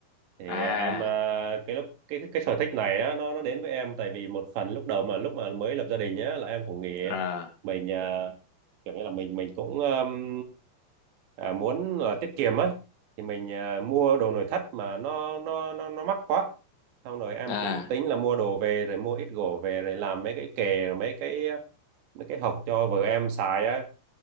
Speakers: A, on the right; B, on the left.
A: thì
B: à
A: em à, cái lúc cái cái cái sở thích này á nó nó đến với em tại vì một phần lúc đầu mà lúc mà mới lập gia đình nhá là em cũng nghĩ
B: à
A: mình à, kiểu như là mình mình cũng um, à, muốn là tiết kiệm á thì mình à, mua đồ nội thất mà nó nó nó nó mắc quá xong rồi em
B: à
A: cũng tính là mua đồ về rồi mua ít gỗ về rồi làm mấy cái kệ mấy cái mấy cái hộc cho vợ em xài á